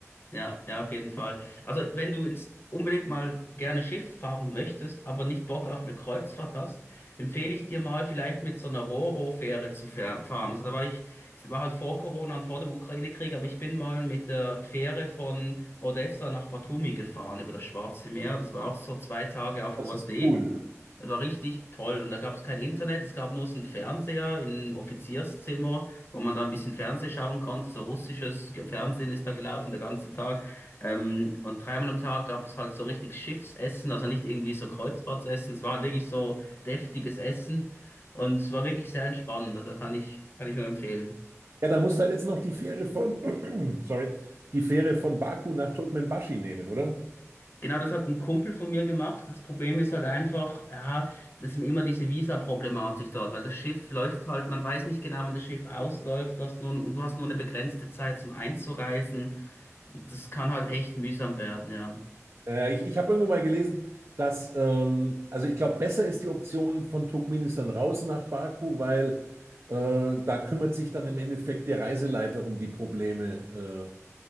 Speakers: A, on the left; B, on the right.
A: Ja, ja, auf jeden Fall. Also, wenn du ins, unbedingt mal gerne Schiff fahren möchtest, aber nicht Bock auf eine Kreuzfahrt hast, empfehle ich dir mal vielleicht mit so einer Ro-Ro-Fähre zu fähr- fahren. Also, da war ich, ich war halt vor Corona und vor dem Ukraine-Krieg, aber ich bin mal mit der Fähre von Odessa nach Batumi gefahren über das Schwarze Meer. Das war auch so zwei Tage auf
B: Das
A: hoher
B: ist
A: See.
B: cool.
A: Das war richtig toll. Und da gab es kein Internet, es gab nur so einen Fernseher im Offizierszimmer, wo man da ein bisschen Fernsehen schauen konnte. So russisches Ge- Fernsehen ist da gelaufen, der ganze Tag. Ähm, und dreimal am Tag gab es halt so richtig Schiffsessen, also nicht irgendwie so Kreuzfahrtsessen. Es war halt wirklich so deftiges Essen. Und es war wirklich sehr entspannend. Also kann ich, kann ich nur empfehlen.
B: Ja, dann musst du halt jetzt noch die Fähre von, <clears throat> sorry, die Fähre von Baku nach Turkmenbashi nehmen, oder?
A: Genau, das hat ein Kumpel von mir gemacht. Das Problem ist halt einfach, ja, das ist immer diese Visa-Problematik dort, weil das Schiff läuft halt, man weiß nicht genau, wann das Schiff ausläuft, was nun, und du hast nur eine begrenzte Zeit zum Einzureisen. Und das kann halt echt mühsam werden, ja.
B: Naja, ich, ich habe irgendwo mal gelesen, dass, ähm, also ich glaube, besser ist die Option von Turkmenistan raus nach Baku, weil äh, da kümmert sich dann im Endeffekt der Reiseleiter um die Probleme, äh,